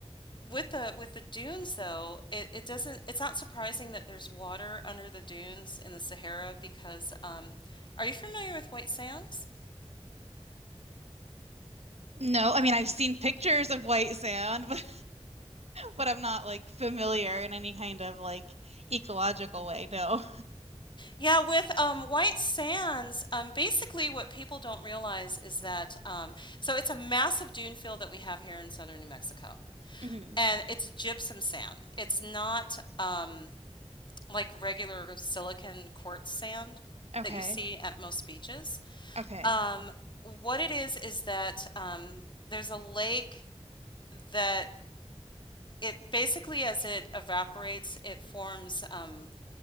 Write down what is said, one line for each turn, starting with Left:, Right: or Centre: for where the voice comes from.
Left: with the with the dunes though, it, it doesn't it's not surprising that there's water under the dunes in the Sahara because um, are you familiar with white sands?
Right: No, I mean I've seen pictures of white sand, <laughs> but but I'm not like familiar in any kind of like ecological way. No.
Left: Yeah, with um, White Sands, um, basically what people don't realize is that um, so it's a massive dune field that we have here in southern New Mexico,
Right: hmm
Left: and it's gypsum sand. It's not um, like regular silicon quartz sand
Right: Okay.
Left: that you see at most beaches.
Right: Okay.
Left: Um, what it is is that um, there's a lake that it basically, as it evaporates, it forms, um,